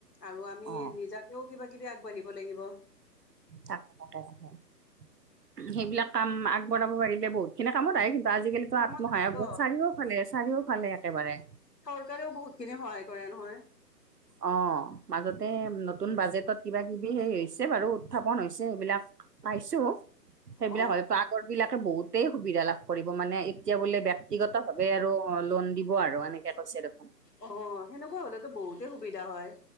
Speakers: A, on the left; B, on the right.
A: আৰু আমি
B: অ'।
A: নিজাকেও কিবা -কিবি আগবাঢ়িব লাগিব।
B: তাক <unintelligible> সেইবিলাক কাম আগবঢ়াব পাৰিলে বহুত সেইখিনি কামত আহে কিন্তু আজি কালিতো
A: কামত
B: আত্মসহায়ক
A: লাগিব
B: গোট চাৰিওালে- চাৰিওফালে একেবাৰে।
A: চৰকাৰেও বহুত খিনি সহায় কৰে নহয়?
B: অ, মাজতে নতুন বাজেটত কিবা কিবি হেই হৈছে বাৰু উত্থাপন হৈছে এইবিলাক পাইছো সেইবিলাক
A: অ
B: হ'লেতো আগৰ বিলাকে বহুতেই সুবিধা লাভ কৰিব মানে এ এতিয়া বোলে ব্যক্তিগত ভাৱে আৰু অ, লোন দিব আৰু এনেকে কৈছে দেখোন।
A: অ, সেনেকুৱা হ'লেতো বহুতে সুবিধা হয়।